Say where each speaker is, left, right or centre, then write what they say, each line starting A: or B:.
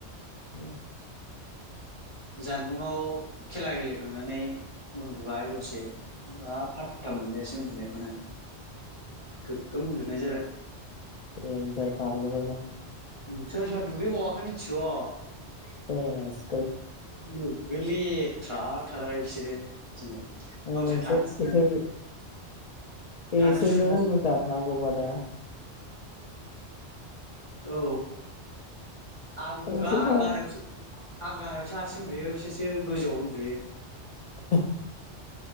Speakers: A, on the left; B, on the left.
A: <unintelligible>
B: जानबुंआव खेला गेलेखांनानै उन्दुबाय दसे बा फाटा मोनलायासै नुनायखौनो गोगगोम उन्दुनाय जादो।
A: देनजार बादलबायबा
B: ओम सोर सोर दुगै बावाखै मिथिग'
A: <unintelligible>
B: उम गो लैथ्रा थारबाय बिसोरो दिनै
A: <unintelligible>
B: गावसोर थानो सुनो
A: बेसोरजों
B: थानो सुनो
A: उन्दु जाबनांगौबादा
B: औ आं उन्दुआ
A: गंसेबा
B: गाहायावसो आं गाहायावसो हारसिं उन्दुयो बिसोरसो गोजौआव उन्दुयो।
A: <inaudible>